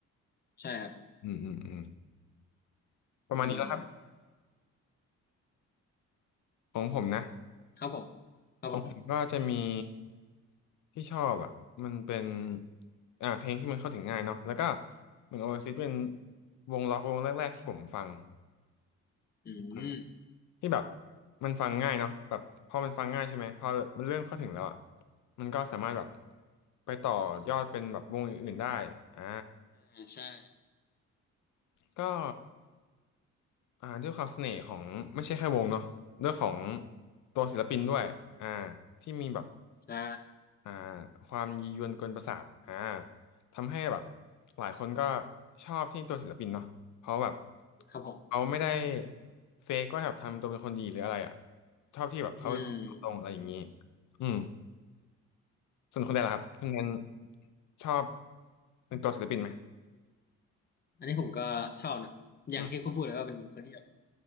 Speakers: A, on the left; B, on the left.
A: ใช่ครับ
B: อืมอืมอืมประมาณนี้แล้วครับ
A: อืม
B: ของผมนะ
A: ครับผมครับผม
B: ของผมก็จะมีที่ชอบอ่ะมันเป็นอ่าเพลงที่มันเข้าถึงง่ายเนาะแล้วก็เหมือนโอเอซิสเป็นวงร็อกวงแรกๆที่ผมฟัง
A: อืม
B: อืมที่แบบมันฟังง่ายเนาะแบบพอมันฟังง่ายใช่ไหมพอมันเริ่มเข้าถึงแล้วอ่ะมันก็สามารถแบบไปต่อยอดเป็นแบบวงอื่นๆได้อ่า
A: อ่าใช่
B: ก็อ่าด้วยความเสน่ห์ของไม่ใช่แค่วงเนาะด้วยของตัวศิลปินด้วยอ่าที่มีแบบ
A: ใช่
B: อ่าความยียวนกวนประสาทอ่าทำให้แบบหลายคนก็ชอบที่ตัวศิลปินเนาะเพราะแบบ
A: ครับผม
B: เขาไม่ได้เฟกว่าแบบทำตัวเป็นคนดีหรืออะไรอ่ะชอบที่แบบเขาเป็นคนตรงๆอะไรอย่างนี้
A: อืม
B: อืมส่วนคนแดนล่ะครับคุณแดนชอบเป็นตัวศิลปินไหม
A: อันนี้ผมก็ชอบนะอย่างที่คุณพูดเลยว่าเป็นคนที่แบบ
B: อืม